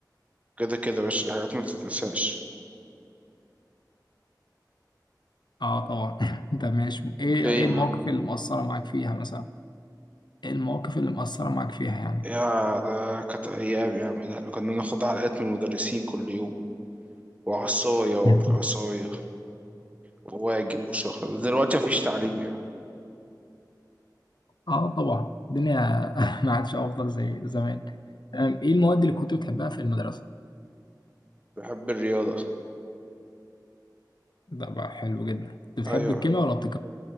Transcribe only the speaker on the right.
كده كده يا باشا الحاجات ما بتتنساش
ايه
يا
عم
يا ده كانت ايام يا عم ده احنا كنا بناخد علقات من المدرسين كل يوم وعصاية وعصاية
وواجب وشهرة ده دلوقتي مفيش تعليم يعني
بحب الرياضة
ايوه
يا عم